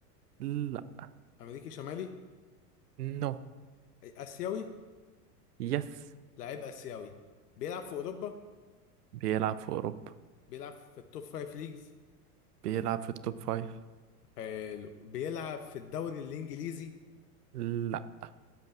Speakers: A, on the right; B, on the left.
A: لا
B: امريكي شمالي
A: نو
B: اسيوي
A: يس
B: لعيب اسيوي بيلعب في اوروبا
A: بيلعب في اوروبا
B: بيلعب في التوب فايف ليجز
A: بيلعب في التوب فايف
B: حلو بيلعب في الدوري الانجليزي
A: لا